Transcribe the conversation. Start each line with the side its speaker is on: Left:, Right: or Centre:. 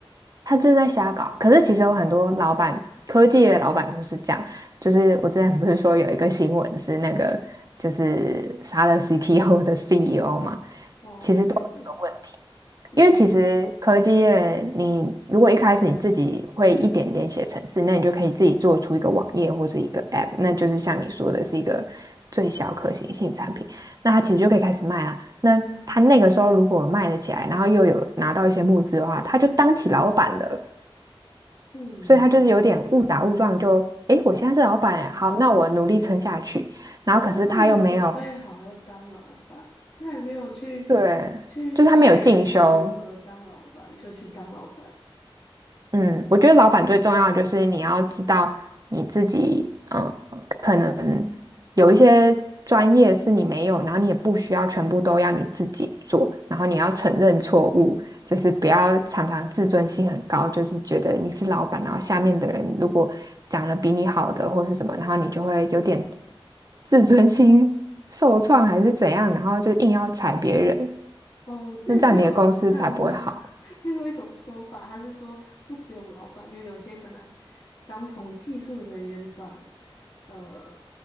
Right: 他就在瞎搞。可是其实有很多老板，科技的老板都是这样。就是我之前不是说有一个新闻是那个就是杀了 CTO 的 CEO 嘛，
Left: 哦，
Right: 其实都有这个问题。
Left: 没是，<laughs> 嗯
Right: 因为其实科技业，你如果一开始你自己会一点点写程式，那你就可以自己做出一个网页或者一个 App，那就是像你说的是一个最小可行性产品，那他其实就可以开始卖啦。那他那个时候如果卖得起来，然后又有拿到一些募资的话，他就当起老板了。
Left: 嗯
Right: 所以他就是有点误打误撞就，诶，我现在是老板诶，
Left: 嗯，
Right: 好，那我努力撑下去。然后可是他又没有，
Left: 他没有准备好要当老板，他也没有去
Right: 对，
Left: 去学习如何当老板，
Right: 就是他没有进修，
Left: 就去当老板。
Right: 嗯，我觉得老板最重要的就是你要知道你自己，嗯，可能有一些专业是你没有，然后你也不需要全部都要你自己做，然后你要承认错误，就是不要常常自尊心很高，就是觉得你是老板，然后下面的人如果讲了比你好的或是什么，然后你就会有点 <laughs> 自尊心受创还是怎样，然后就硬要踩别人，
Left: 哦，我之前是有看过
Right: 那这样你的公司才不会好。
Left: <laughs> 看过一种说法，他是说不只有老板，就有些可能刚从技术人员转呃